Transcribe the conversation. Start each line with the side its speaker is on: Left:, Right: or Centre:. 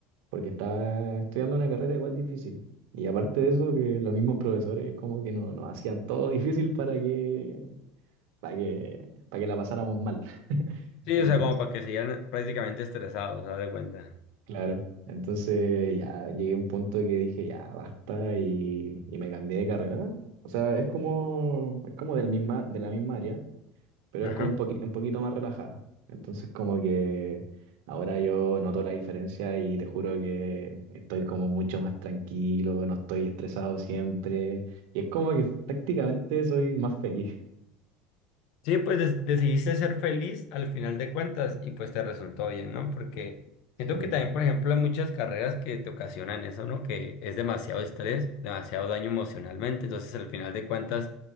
Right: porque estaba estudiando una carrera igual difícil. Y aparte de eso, que los mismos profesores como que no- nos hacían todo difícil para que, para que, para que la pasáramos mal. <laughs>
Left: Sí,
Right: Entonces,
Left: o sea, como para que sigan prácticamente estresados, haz de cuenta.
Right: claro, entonces ya llegué a un punto que dije, ya basta y, y me cambié de carrera. O sea, es como, es como del misma, de la misma área, pero
Left: Ajá.
Right: es como un, poqui- un poquito más relajada. Entonces como que ahora yo noto la diferencia y te juro que estoy como mucho más tranquilo, no estoy estresado siempre y es como que prácticamente soy más feliz.
Left: Sí, pues des- decidiste ser feliz al final de cuentas y pues te resultó bien, ¿no? Porque siento
Right: Sí,
Left: que también, por ejemplo, hay muchas carreras que te ocasionan eso, ¿no? Que es demasiado estrés, demasiado daño emocionalmente, entonces al final de cuentas